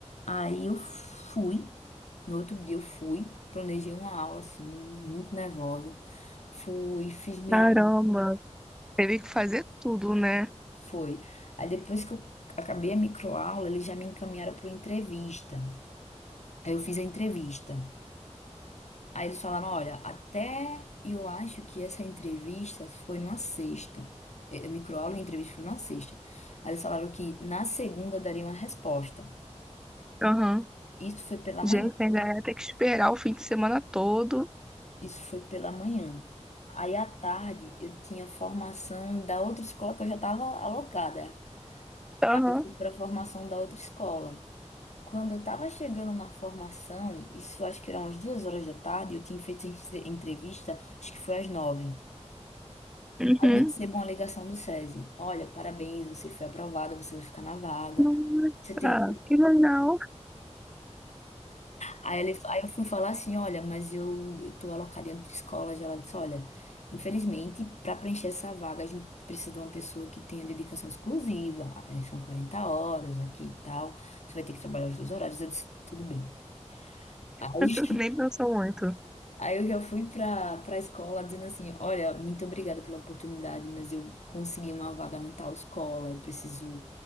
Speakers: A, on the left; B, in the centre.
A: Aí eu fui, no outro dia eu fui, planejei uma aula assim, muito nervosa. Fui, fiz minha.
B: Caramba. Teve que fazer tudo, né?
A: Foi. Aí depois que eu acabei a microaula, eles já me encaminharam para entrevista. Aí eu fiz a entrevista. Aí eles falaram: olha, até eu acho que essa entrevista foi numa sexta. Eh, Microaula e entrevista foi numa sexta. Aí eles falaram que na segunda daria uma resposta.
B: Aham.
A: Isso foi pela
B: Gente,
A: manhã.
B: ainda ia ter que esperar o fim de semana todo.
A: Isso foi pela manhã. Aí à tarde eu tinha formação da outra escola que eu já estava alocada.
B: Aham.
A: Aí eu fui para a formação da outra escola. Quando eu estava chegando na formação, isso acho que eram umas duas horas da tarde, eu tinha feito entre- entrevista, acho que foi às nove.
B: Uhum.
A: Aí eu recebo uma ligação do SESI. Olha, parabéns, você foi aprovada, você vai ficar na vaga.
B: Nossa,
A: Você tem
B: que legal.
A: Aí, ele, aí eu fui falar assim, olha, mas eu, eu tô alocada em outra escola já. Ela disse, olha, infelizmente, para preencher essa vaga, a gente precisa de uma pessoa que tenha dedicação exclusiva. Aí são 40 horas aqui e tal. Você vai ter que trabalhar os dois horários. Eu disse, tudo bem. Aí,
B: <laughs> Nem pensou
A: <laughs>
B: muito.
A: aí eu já fui pra, pra escola dizendo assim, olha, muito obrigada pela oportunidade, mas eu consegui uma vaga na tal escola, eu preciso,